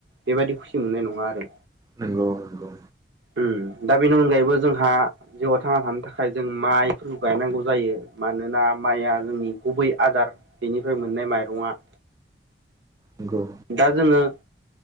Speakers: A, on the right; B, on the right.
A: बेबायदि खुसि मोननाय नङा आरो
B: नंगौ नंगौ
A: ओम दा बेनि अनगायैबो जोंहा जिउआव थांना थानो थाखाय जों माइफोरखौ गायनांगौ जायो मानोना माइया जोंनि गुबै आदार बेनिफ्राय मोननाय माइरङा
B: नंगौ
A: दा जोङो